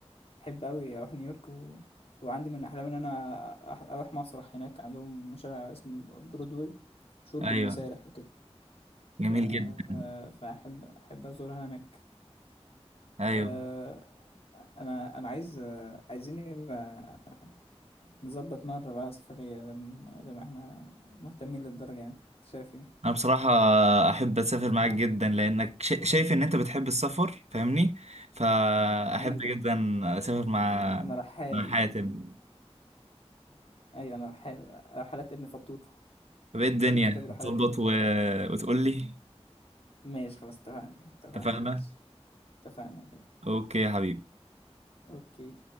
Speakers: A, on the left (about 65°); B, on the right (about 80°).
A: احب قوي اروح نيويورك و... وعندي من احلامي ان انا أح- اروح مسرح هناك عندهم شارع اسمه برودواي مشهور
B: ايوه
A: بالمسارح وكده
B: جميل
A: ف...
B: جدا
A: فاحب احب ازورها هناك
B: ايوه
A: آه انا انا عايز آه، عايزين يبقى نظبط مره بقى سفريه لما لما احنا مهتمين للدرجه يعني انت شايف ايه
B: انا بصراحة احب اسافر معاك جدا لانك شا- شايف ان انت بتحب السفر فاهمني فاحب
A: ايوه
B: جدا اسافر مع
A: انا رحال
B: مع حاتم
A: ايوه انا رحال رحلات ابن فطوطه
B: طب ايه الدنيا
A: هكتب كتاب رحلات
B: هتظبط
A: ابن فطوطه
B: و... وتقول لي
A: ماشي خلاص اتفقنا اتفقنا
B: اتفقنا
A: يا باشا اتفقنا يا غالي
B: اوكي يا حبيبي
A: اوكي